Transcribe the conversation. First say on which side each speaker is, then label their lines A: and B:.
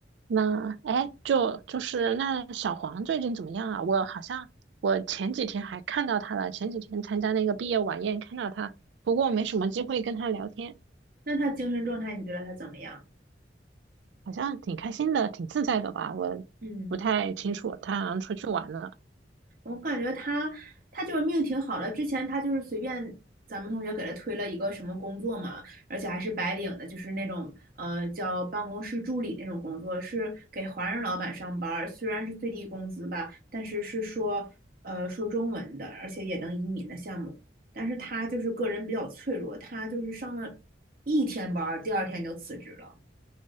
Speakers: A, on the right (about 75°); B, on the right (about 50°).
A: 那哎，就就是那小黄最近怎么样啊？我好像我前几天还看到他了，前几天参加那个毕业晚宴看到他，不过没什么机会跟他聊天，
B: 那他精神状态你觉得他怎么样？
A: 好像挺开心的，挺自在的吧？我不太清楚，
B: 嗯。
A: 他好像出去玩了。
B: 我感觉他他就是命挺好的，之前他就是随便咱们同学给他推了一个什么工作嘛，而且还是白领的，就是那种呃叫办公室助理那种工作，是给华人老板上班儿，虽然是最低工资吧，但是是说呃说中文的，而且也能移民的项目，但是他就是个人比较脆弱，他就是上了一天班儿，第二天就辞职了。